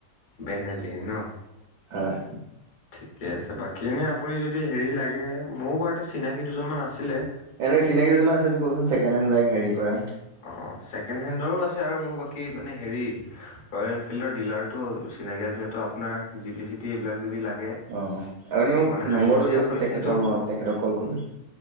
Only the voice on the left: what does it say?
বেনেলীৰ ন
ঠিকে আছে বাকী এনে আপুনি যদি হেৰি লাগে গে মোৰো বাৰুতে চিনাকি দুজনমান আছিলে
অ ছেকেণ্ড হেণ্ডৰো আছে আৰু মোৰ বাকী মানে হেৰি ৰয়েল এনফিল্ডৰ ডিলাৰো চিনাকি যিহেতু আপোনাৰ যি টি চি টি এইবিলাক যদি লাগে
মানে হাই
চি চি
আপুনি
যিহেতু